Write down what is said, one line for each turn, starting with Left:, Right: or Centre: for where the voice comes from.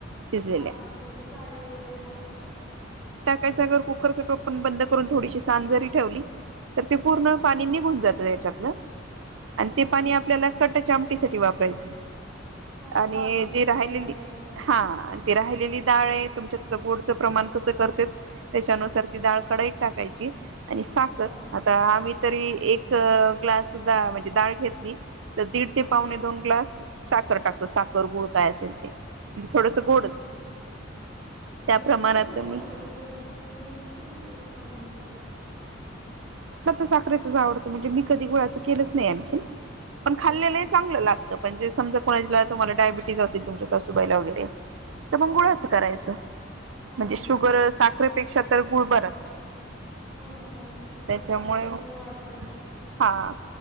Right: शिजलेल्या
Centre: हा म्हणजे चाळणीत वगैरे टाकतात ना ते
Right: त्या जागेवर कुकरच टोपण बंद करून थोडीशी सांजरी ठेवली. तर ते पूर्ण
Centre: हा हा
Right: पाणी निघून जातंय ऐच्यातल आणि
Centre: अच्छा
Right: ते पाणी
Centre: अच्छा
Right: आपल्याला कटाच्या आमटीसाठी वापरायचं
Centre: हा
Right: आणि
Centre: हा म्हणजे
Right: जे
Centre: ते
Right: राहिलेली
Centre: निघालेलं पाणी
Right: हा ती राहिलेली डाळ आहे तुमच्यात गोडचं प्रमाण कस करते त्याच्यानुसार ती डाळ कडाईत टाकायची. आणि साखर
Centre: अच्छा
Right: आता आम्ही तरी एक तो ग्लास सुद्धा डाळ घेतली. तर दीड ते पावणे दोन ग्लास साखर टाकतो साखर गुळ काय असेल ते थोडसं
Centre: आच्छा
Right: गोडच
Centre: आच्छा
Right: त्या
Centre: म्हणजे
Right: प्रमाणात
Centre: कुठलं
Right: तुम्ही
Centre: चांगलं होतं गुळाच चांगलं होत कि साखरच चांगलं होत.
Right: साखरेचच आवडत म्हणजे मी कधी गुळाच केलंच नाही आणखीन पण खाल्लेलं
Centre: अच्छा
Right: चांगलं लागतं म्हणजे समजा कुणाला तुम्हाला डायबिटीस असेल तुमच्या सासूबाई ला वगैरे तर मग
Centre: हा
Right: गुळाच
Centre: हा
Right: करायचं
Centre: हा
Right: म्हणजे
Centre: हा हा
Right: शुगर साखरेपेक्षा तर गुळ बराच
Centre: हो ना हो ना म्हणजे
Right: त्याच्यामुळे
Centre: साखरेमुळे
Right: हा.
Centre: वाढतो